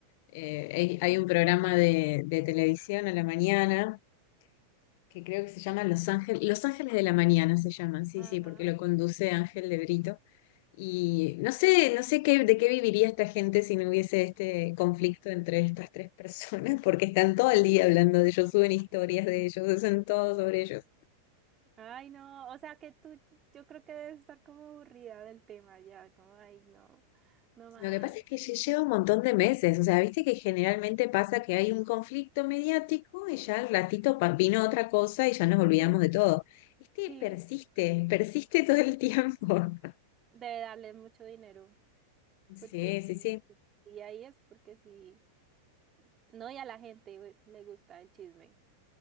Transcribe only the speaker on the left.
Eh, hay, hay un programa de, de televisión a la mañana que creo que se llama Los Ángeles, Los Ángeles de la Mañana se llaman, sí,
sí, porque lo conduce Ángel de Brito. Y no sé, no sé qué, de qué viviría esta gente si no hubiese este conflicto entre estas tres personas, porque están todo el día hablando de ellos, suben historias de ellos, hacen todo sobre ellos.
Lo que pasa es que lle- lleva un montón de meses, o sea, viste que generalmente pasa que hay un conflicto mediático y ya al ratito pa- vino otra cosa y ya nos
olvidamos de todo. Este
persiste, persiste todo el tiempo. <laughs>
Sí,
sí, sí.